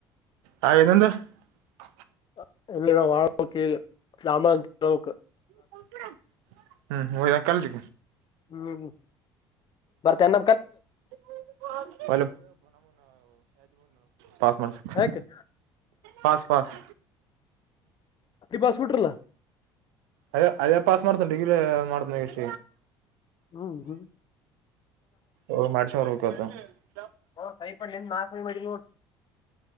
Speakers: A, on the right; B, on the left.
A: ಹಾಗೇನಂದ <unintelligible>
B: <unintelligible>
A: <unintelligible> ಹ್ಮ್ ಹೋಗದಾ ಕಾಲೇಜ್
B: ಹ್ಮ್ ಬರತನ್ನ
A: <unintelligible> ಪಾಸ್ ಮಾಡ್ಸಕ್
B: ಯಾಕೆ
A: ಪಸ್ ಪಸ್
B: ಬಸ್ ಬಿಟ್ಟಿರಲ್ಲ
A: ಅದ ಅದೇ ಪಾಸ್ ಮಾಡ್ತಾನ ಡಿಗ್ರಿ ಮಾಡ್ತಾನ ಎಷ್ಟ
B: ಹ್ಮ್ ಹ್ಮ್
A: ಓ ಮಾಡ್ಸ್ರ ಹತ <unintelligible>
B: <unintelligible>